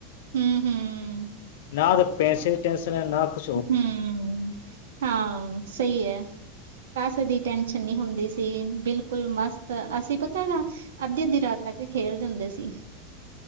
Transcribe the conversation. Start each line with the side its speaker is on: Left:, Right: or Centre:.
Right: ਹੂੰ ਹੂੰ।
Left: ਨਾ ਤੇ ਪੈਸੇ ਦੀ ਟੈਸ਼ਨ ਏ, ਨਾ ਕੁ
Right: ਹੂੰ ਹਾਂ, ਸਹੀ ਐ। ਕਾਸੇ ਦੀ ਟੈਨਸ਼ਨ ਨੀ ਹੁੰਦੀ ਸੀ ਬਿਲਕੁਲ ਮਸਤ, ਅਸੀ ਪਤਾ ਗਾ ਅੱਧੀ-ਅੱਧੀ ਰਾਤ ਤੱਕ ਖੇਲਦੇ ਹੁੰਦੇ ਸੀ।